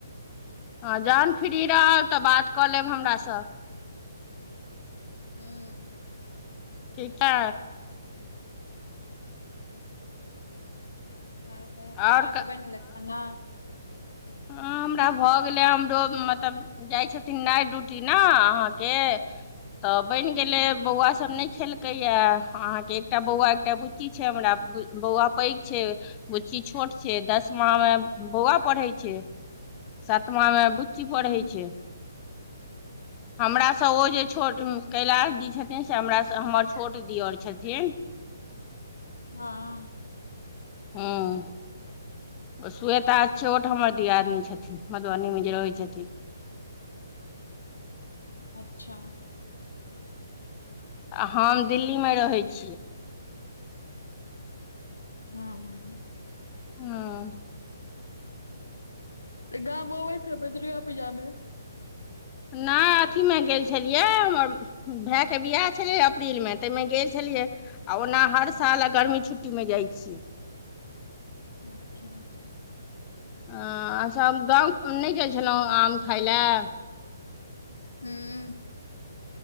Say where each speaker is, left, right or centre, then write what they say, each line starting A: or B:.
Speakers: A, on the left; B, on the left.
A: हँ, जहन फ्री रहब तऽ बात कऽ लेब हमरासँ।
B: हुँ।
A: ठीक छै।
B: आर कहियो तहन,
A: आओर
B: आँहा के बनि गेलै खाना?
A: हँ हमरा भऽ गेलै, हमरो मतलब जाइ छथिन नाइट ड्यूटी ने अहाँके। तऽ बनि गेलै,
B: हूँ
A: बौआ सब नहि खेलकै। क या अहाँके एकटा बौआ, एकटा बुच्ची छै हमरा, बौआ पैघ छै। बुच्ची छोट छै, दसमा मे बौआ पढ़ै छै। सतमा मे बुच्ची पढ़ै
B: हूँ।
A: छै। हमरासँ ओ जे छोट कैलाश जी छथिन, से हमरासँ हमर छोट दीयर छथिन।
B: हाँ।
A: हाँ। ओ श्वेता छोट हमर दियादनी छथिन, मधुबनीमे जे रहै छथिन।
B: अच्छा!
A: आ हम दिल्ली मे रहै छी।
B: हँ, हाँ।
A: हाँ।
B: त गाम आबैत हेबे दुर्गा पूजामे?
A: नहि अथीमे गेल छलियै, हमर भायके बियाह छलै अप्रिलमे, ताहिमे गेल छलियै। आ ओना हर साल आ गर्मी छुट्टीमे जाइत छियै।
B: अच्छा!
A: हं, अच्छा! गाम नहि गेल छलहुँ आम खााय लए?
B: हू।